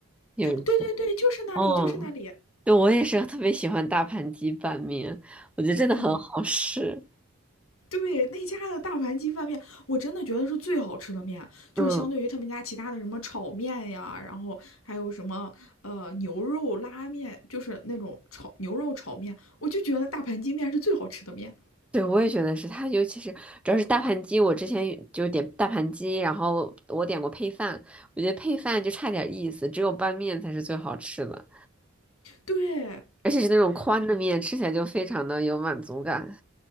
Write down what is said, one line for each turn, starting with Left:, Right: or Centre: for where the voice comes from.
Centre: 有一家，
Left: 对对对，就是那里，
Centre: 嗯
Left: 就是那里。
Centre: 对，我也是特别喜欢大盘鸡拌面，我觉得真的很好吃。
Left: 嗯，对那家的大盘鸡饭面，我真的觉得是最好吃的面，就是相对于他们家其他的什么炒面呀，
Centre: 嗯，
Left: 然后还有什么呃牛肉拉面，就是那种炒牛肉炒面，我就觉得大盘鸡面是最好吃的面。
Centre: 对，我也觉得是它，尤其是主要是大盘鸡，我之前就点大盘鸡，然后我点过配饭，我觉得配饭就差点意思，只有拌面才是最好吃的，
Left: 对
Centre: 而且是那种宽的面，吃起来就非常的有满足感。